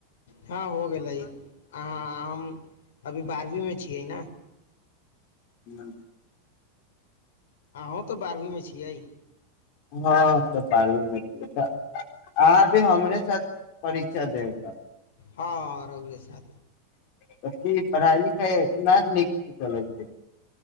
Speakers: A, on the left; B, on the left.
A: हँ हो गेलै अहाँ हम अभी बारहवींमे छियै न
B: नअ
A: अहूँ तऽ बारहवीमे छियै
B: हँ तऽ बारवी मे घिये तऽ अहाँ भी हमरे साथ परीक्षा देब त
A: हँ रौऐ साथ
B: त की पढ़ाइ लिखा इतना नीक से चलै छै